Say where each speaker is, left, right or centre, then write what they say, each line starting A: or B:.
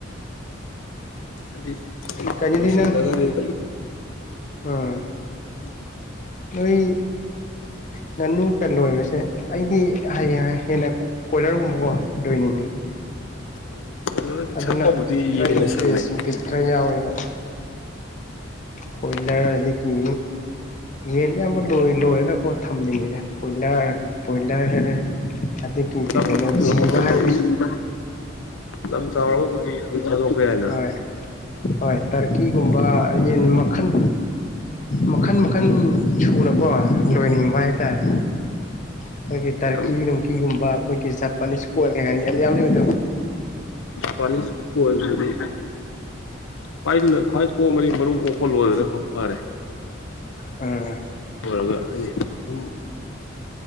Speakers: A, on the left; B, on the left.
A: ꯎꯗꯤ
B: ꯀꯩꯅꯣꯗꯤ
A: ꯂꯣꯁꯤꯜ
B: ꯅꯪ
A: ꯂꯒ ꯂꯩ
B: ꯎꯝ
A: ꯎꯝ
B: ꯅꯣꯏ ꯉꯥꯅꯨꯒ ꯂꯣꯏꯕꯁꯦ ꯑꯩꯗꯤ ꯍꯌꯦꯡ ꯍꯦꯟꯅ ꯀꯣꯏꯂꯥꯔꯒꯨꯝꯕ ꯗꯣꯣꯏꯅꯤ
A: ꯎꯝ ꯀꯣꯏꯂꯔ
B: ꯑꯗꯨꯅ
A: ꯁꯝꯕꯕꯨꯗꯤ
B: ꯈꯔ
A: ꯌꯦꯟꯅ
B: ꯏꯟꯇꯔꯦꯁ
A: ꯁꯝꯃꯦ
B: ꯕꯤꯠ ꯈꯔ ꯌꯥꯎꯋꯦꯕ ꯀꯣꯏꯂꯔ
A: ꯍꯥꯏꯗꯤ
B: ꯑꯗꯒꯤ ꯌꯦꯟ ꯑꯌꯥꯝꯕ ꯂꯣꯏ ꯂꯣꯏꯔꯒꯀꯣ ꯊꯝꯅꯤꯡꯉꯤꯗ ꯀꯣꯏꯂꯔ ꯄꯕꯣꯏꯂꯔ ꯑꯗꯨꯗꯒꯤ
A: ꯂꯝ
B: ꯀꯦ ꯀꯩꯅꯣ
A: ꯆꯥꯎꯔꯒꯕꯨꯗꯤ
B: ꯁꯤꯖꯤꯕ ꯍꯥꯏ
A: ꯂꯝ ꯆꯥꯎꯔꯒꯕꯨꯗꯤ ꯑꯗꯨꯝ ꯊꯥꯗꯣꯛꯄ ꯌꯥꯏꯅ
B: ꯍꯣꯏ ꯍꯣꯏ ꯇꯥꯔꯀꯤꯒꯨꯝꯕ ꯌꯦꯟ ꯃꯈꯜ ꯃꯈꯟ ꯃꯈꯟ ꯁꯨꯅꯀꯣ ꯂꯣꯏꯅꯤꯡꯕ ꯍꯥꯏꯇꯥꯔꯦ ꯑꯩꯈꯣꯏꯒꯤ ꯇꯔꯀꯤ
A: ꯌꯥꯝ
B: ꯅꯨꯡꯀꯤꯒꯨꯝꯕ ꯑꯩꯈꯣꯏꯒꯤ ꯖꯄꯅꯤꯁ ꯀꯜ ꯀꯩꯀꯥ ꯌꯥꯝ ꯌꯥꯎꯕꯗꯣ
A: ꯄꯅꯤ ꯀꯣꯜꯗꯤ ꯈ꯭ꯋꯥꯏ ꯈ꯭ꯋꯥꯏ ꯀꯣꯛꯑ ꯃꯅꯤ ꯃꯔꯨꯝ ꯀꯣꯛꯄ ꯂꯣꯏꯔꯅꯐꯥꯎ ꯐꯔꯦ
B: ꯑꯣ
A: ꯑꯗꯨꯒ ꯑꯗꯨꯨꯝ